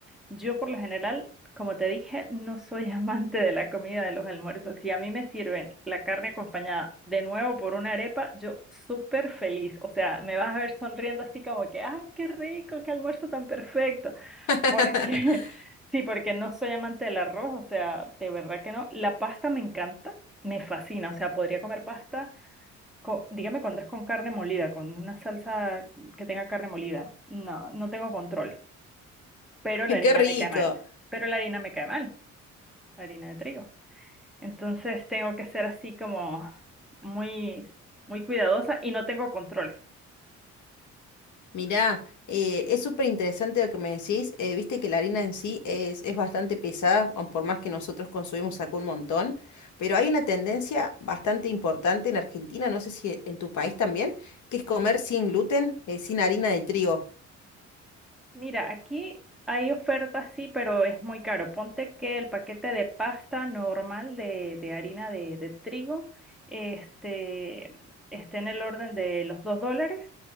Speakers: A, in the centre; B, on the left.
A: Yo por lo general, como te dije, no soy <laughs> amante de la comida de los almuerzos. Si a mí me sirven la carne acompañada de nuevo por una arepa, yo súper feliz. O sea, me vas a ver sonriendo así como que, ay, qué rico, qué almuerzo tan perfecto.
B: <laughs>
A: Porque, <laughs> sí, porque no soy amante del arroz, o sea, de verdad que no. La pasta me encanta, me fascina. O sea, podría comer pasta, co- dígame cuando es con carne molida, con una salsa que tenga carne molida. No, no tengo control pero la harina
B: ¡Qué rico!
A: me cae mal, pero la harina me cae mal, la harina de trigo. Entonces tengo que ser así como muy, muy cuidadosa y no tengo control.
B: Mirá, eh, es súper interesante lo que me decís. eh, viste que la harina en sí es, es bastante pesada, aun por más que nosotros consumimos acá un montón, pero hay una tendencia bastante importante en Argentina, no sé si en tu país también, que es comer sin gluten, eh, sin harina de trigo.
A: Mira, aquí hay ofertas, sí, pero es muy caro. Ponte que el paquete de pasta normal de, de harina de, de trigo este, esté en el orden de los 2 dólares